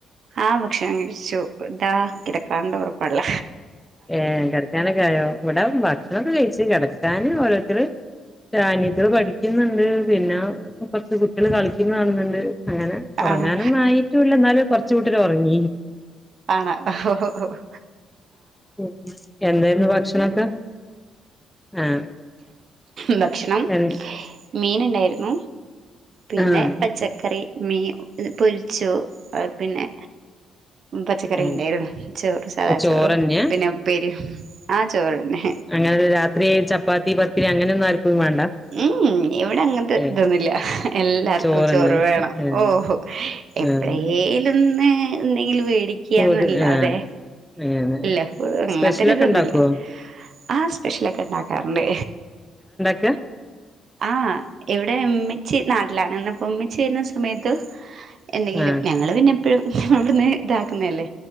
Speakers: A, on the right; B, in the centre.
A: ആ ഭക്ഷണം കഴിച്ചു താ കിടക്കാണ്ടവർ പള്ള
B: ഏ കെട്ക്കാനൊക്കായോ വടെ ഭക്ഷണൊക്കെ കഴിച്ച് കെട ക്കാന് ഒരൊ ത്തർ ഡാനി കുട്ട്യാൾ പഠിക്കുന്നുണ്ട് പിന്നെ കൊർച്ച് കുട്ട്യള് കളിക്കുന്ന കാണുന്നുണ്ട് അങ്ങനെ ഒറങ്ങാനൊന്നും
A: ആണ്
B: ആയിട്ടൂല്ല ന്നാലും കൊർച്ച് കൂട്ടര് ഒറങ്ങി
A: ആണ ആഹ്
B: ഉം എന്തേര്ന്നു ഭക്ഷണൊക്കെ ആഹ്
A: ന്ത ക്ഷണം
B: എ
A: മീന് ന്തേര്ന്നു പിന്നെ
B: ആഹ്
A: പച്ചക്കറി മീന് പൊരിച്ചു പിന്നെ പച്ചക്കറി
B: ആഹ്
A: ണ്ടേര്ന്നു ചോറ് സാദാ
B: ചോറന്നെയാ
A: ചോറും പിന്നെ ഉപ്പേരിയും ആ ചോറെന്നെ
B: അങ്ങനെ രാത്രി ചപ്പാത്തി പത്തിരി അങ്ങനെയൊന്നും ആർക്കും വേണ്ട
A: ഉംഉം ഇവിടെ അങ്ങൻത്തെ
B: ഏഹ്
A: ഇതൊന്നുല്ല എല്ലാർക്കും
B: ചോറ്ന്ന്
A: ചോറ് വേണം
B: ഏഹ്
A: ഓ എപ്പളേലൊന്ന്
B: ആഹ്
A: എന്തെങ്കിലും മേടിക്ക്യാന്നല്ലാതെ
B: പൂതി ആഹ് അങ്ങനെ
A: ല്ല അങ്ങൻത്തൊരു
B: സ്പെഷ്യലൊക്കെ
A: ഇതൊന്നൂല്ല
B: ഇണ്ടാക്കുവോ
A: ആ സ്പെഷ്യലൊക്കെ ണ്ടാക്കാറുണ്ട്
B: ത
A: ആഹ എവിടെ മ്മച്ചി നാട്ട്ലാണ്ന്ന്. ഉമ്മച്ചേര്ന്ന സമയത്ത് എന്തെങ്കിലും,
B: ആഹ്
A: ഞങ്ങൾ പിന്നെ പ്പഴും <unintelligible> അവ്ട്ന്ന്. ഇതാക്കുന്നല്ലേ